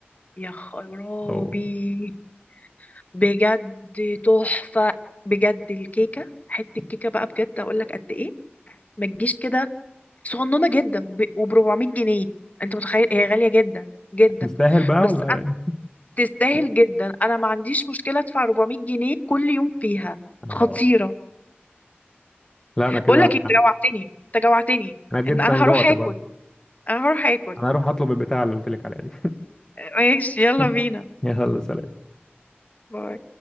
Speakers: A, on the left; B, on the left.
A: يا خرابي
B: أو
A: بجد تحفة بجد الكيكة حتة كيكة بقى بجد اقول لك قد ايه ما تجيش كده صغننة جدا وب 400 جنيه انت متخيل هي غالية جدا جدا
B: يستاهل بقى
A: بس
B: ولا
A: انا
B: يعني
A: تستاهل جدا انا ما عنديش مشكلة ادفع 400 جنيه كل يوم فيها
B: آه.
A: خطيرة
B: لا أنا كده
A: بقول لك إيه، انت جوعتني انت جوعتني
B: أنا جدا
A: ان انا
B: جوعت
A: هروح اكل
B: برضه
A: انا هروح اكل
B: أنا هروح أطلب البتاع اللي قلت لك عليها دي
A: ماشي
B: <laughs>
A: يلا بينا
B: يلا سلام
A: باي.